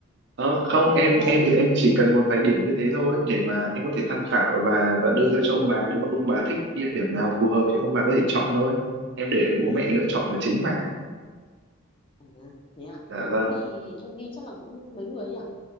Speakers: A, on the right (about 55°); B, on the left (about 25°).
A: Ờ, không em
B: đấy
A: em thì em chỉ cần một vài điểm như thế thôi để mà em có thể tham khảo và và đưa ra cho ông bà nếu mà ông bà thích địa điểm nào phù hợp thì ông bà có thể chọn thôi em để bố mẹ lựa chọn là chính mà
B: à, thế à
A: dạ vâng
B: thế thì em đi chắc là cũng mấy người ấy à